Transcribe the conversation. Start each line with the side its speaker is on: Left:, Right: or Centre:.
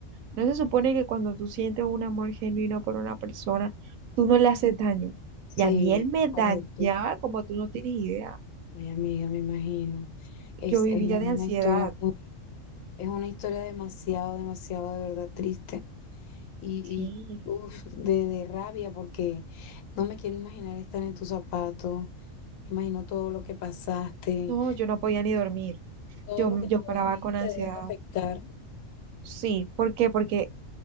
Right: ¿No se supone que cuando tú sientes un amor genuino por una persona, tú no le haces daño?
Left: sí,
Right: Y a mí él me
Left: correcto.
Right: dañaba como tú no tienes idea.
Left: Ay, amiga, me imagino. Es,
Right: Yo vivía
Left: es una
Right: de ansiedad.
Left: historia muy, es una historia demasiado, demasiado de verdad triste y,
Right: Sí,
Left: y uf, de, de rabia porque no me quiero imaginar estar en tus zapatos, me imagino todo lo que pasaste,
Right: no, yo no podía ni dormir.
Left: todo
Right: Yo,
Left: lo que
Right: yo
Left: todavía
Right: paraba con ansiedad.
Left: te debe de afectar.
Right: Sí, ¿por qué? Porque